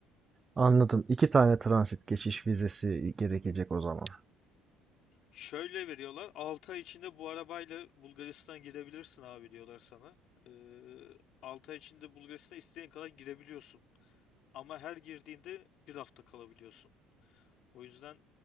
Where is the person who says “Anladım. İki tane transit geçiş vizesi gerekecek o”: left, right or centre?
Right